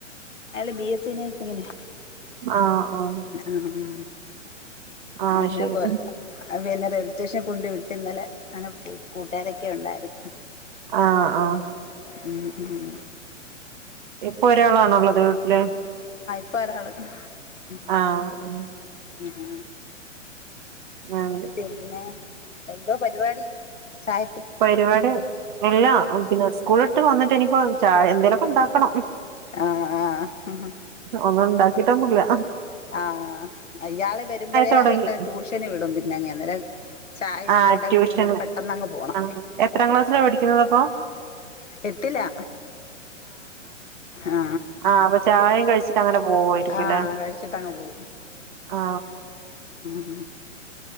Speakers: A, on the left; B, on the right.
A: അയാള് ബി എസ് സി നഴ്സിങ്ങിന്
B: ആഹ് ആഹ്
A: ആഹ്
B: ആഹ്
A: എന്നെ
B: ശരി.
A: കൊ അ പിന്നെ റെയിൽ സ്റ്റേഷൻ കൊണ്ട് വിട്ട് ഇന്നലെ അങ്ങനെ പോയി കൂട്ടുകാരൊക്കെ ഉണ്ടായിരുന്നു
B: ആഹ് ആഹ്
A: ഉം ഉം
B: ഇപ്പൊ ഒരാളാണോ ഉള്ളത് വീട്ടില്
A: പ്പോ ഒരാൾ അ
B: ആഹ് ആഹ്.
A: ആ
B: ആ <unintelligible>
A: പിന്നെ എന്തോ പരിപാടി ചായ
B: പരിപാടി ഇല്ലാ പിന്നെ സ്കൂള് ഇട്ട് വന്നിട്ട് ഇനിപ്പോ ചായ എന്തേലൊക്കെ ഉണ്ടാക്കണം
A: ആഹ് ആഹ്
B: ഒന്നുംണ്ടാക്കി ക്കിട്ടൊന്നൂല
A: ആഹ് അയാള് വരുമ്പഴേ
B: തൊടങ്ങി.
A: ത്ത ട്യൂഷന് വിടും പിന്നങ്ങേ അന്നേരം ചായതുണ്ടാക്കി
B: ആഹ് ട്യൂഷന്
A: വച്ചന്നേരം പെട്ടെന്നങ്ങ് പോണം.
B: ആഹ് എത്രാം ക്ലാസ്സിലാ പഠിക്കുന്നതപ്പോ
A: എട്ടിലാ ആ
B: ആ അപ്പ ചായേം കഴിച്ചിട്ടങ്ങനെ പോവുവായിരിക്കുലേ
A: ആഹ് കഴിച്ചിട്ടങ്ങ് പോകും
B: ആ
A: ആ